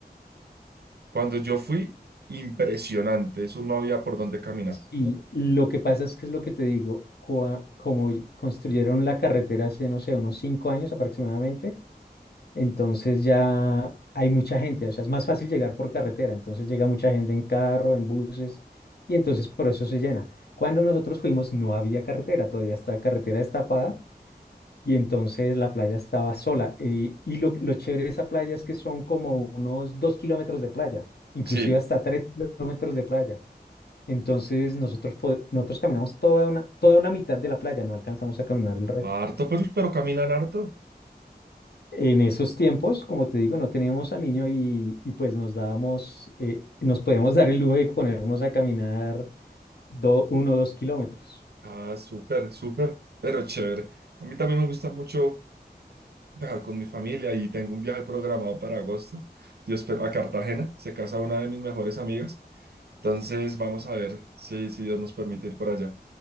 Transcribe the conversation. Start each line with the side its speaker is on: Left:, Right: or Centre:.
Right: Cuando yo fui, impresionante. Eso no había por dónde caminar.
Left: Y lo que pasa es que es lo que te digo, cua- como construyeron la carretera hace, no sé, unos cinco años aproximadamente, entonces ya hay mucha gente, o sea, es más fácil llegar por carretera, entonces llega mucha gente en carro, en buses, y entonces por eso se llena. Cuando nosotros fuimos no había carretera, todavía estaba carretera destapada y entonces la playa estaba sola. eh, y lo, lo chévere de esa playa es que son como unos dos kilómetros de playa, inclusive
Right: Sí,
Left: hasta tres kilómetros de playa. Entonces nosotros, pod- nosotros caminamos toda una, toda una mitad de la playa, no alcanzamos a caminar el resto.
Right: harto, pero, pero caminan harto.
Left: En esos tiempos, como te digo, no teníamos al niño y, y pues nos dábamos, eh, nos podíamos dar el lujo de ponernos a caminar do- uno o dos kilómetros.
Right: Ah, súper, súper, pero chévere. A mí también me gusta mucho viajar con mi familia y tengo un viaje programado para agosto. Dios, pero a Cartagena. Se casa una de mis mejores amigas. Entonces, vamos a ver si, si Dios nos permite ir por allá.